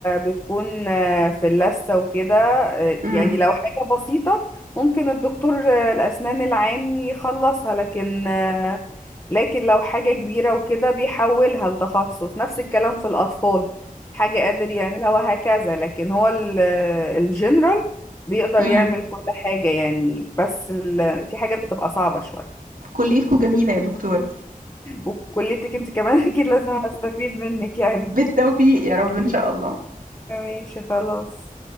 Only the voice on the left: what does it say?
بتكون آه، في اللثة وكده آه،
يعني لو حاجة بسيطة ممكن الدكتور آه، الأسنان العام يخلصها لكن آه، لكن لو حاجة كبيرة وكده بيحولها لتخصص نفس الكلام في الأطفال حاجة قادر يعملها وهكذا لكن هو ال- الجنرال بيقدر
يعمل كل حاجة يعني بس ال... في حاجات بتبقى صعبة شوية
وكليتك انت كمان <laughs> اكيد لازم استفيد منك يعني
ماشي خلاص